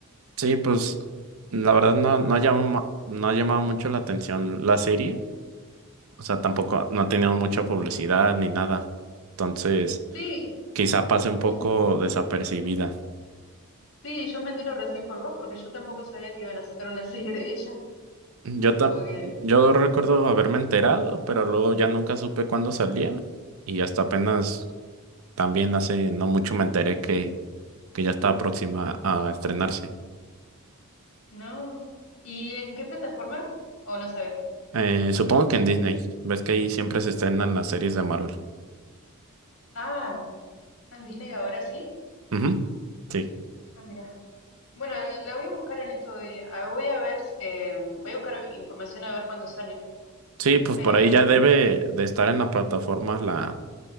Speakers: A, on the right; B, on the left.
A: sí, pues la verdad no, no ha llamado, no ha llamado mucho la atención la serie. O sea, tampoco no ha tenido mucha publicidad ni nada. Entonces,
B: Sí,
A: quizá pase un poco
B: ujú.
A: desapercibida.
B: Sí, yo me entero recién por vos porque yo tampoco sabía que iban a sacar una <laughs> serie de ella.
A: Yo, ta-
B: Como que
A: yo recuerdo haberme enterado, pero luego ya nunca supe cuándo salía y hasta apenas también hace no mucho me enteré que, que ya está próxima a estrenarse.
B: No. ¿Y en qué plataforma? ¿O no sabes?
A: Eh, supongo que en Disney, ves que ahí siempre se estrenan las series de Marvel.
B: Ah, en Disney ahora sí.
A: Ujú, Sí,
B: Ah, mira. Bueno, la voy a buscar en estos días. Ah, Voy a ver, s- eh, voy a buscar información a ver cuándo sale.
A: sí, pues
B: Eh,
A: por ahí ya debe de estar en la plataforma la,